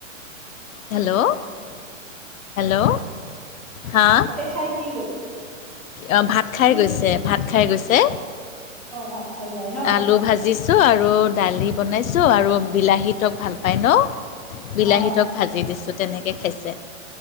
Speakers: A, on the left; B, in the centre.
A: হেল্ল' হেল্ল' হা
B: তাতে খাই কি গৈ
A: অঁ ভাত খাই
B: কি
A: গৈছে
B: গৈ
A: ভাত খাই গৈছে।
B: অ ভাত খাই যায় ন।
A: আলু ভাজিছোঁ আৰু দালি বনাইছোঁ আৰু বিলাহী তক ভাল পায় ন। বিলাহীটক
B: অ
A: ভাজি দিছোঁ তেনেকে খাইছে।